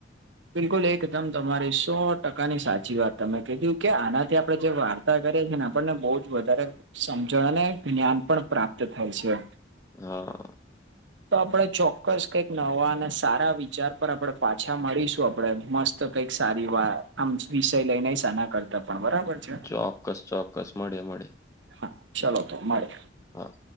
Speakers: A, on the right; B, on the left.
A: બિલકુલ એકદમ તમારી સો ટકાની સાચી વાત તમે કીધી, કે આનાથી આપડે જે વા તા કરે છે, ને આપણને બહુ જ વધારે સમજણ અને જ્ઞાન પણ પ્રાપ્ત થાય છે.
B: હા.
A: તો આપણે ચોક્કસ કંઈક નવા અને સારા વિચાર પર આપણે પાછા મળીશું આપણે મસ્ત, તો કંઈક સારીવાત આમ વિષય લઈને સાના કરતા પણ બરાબર છે,
B: ચોક્કસ ચોક્કસ મળ્યાં મળ્યાં,
A: હા ચલો તો મળે,
B: હા.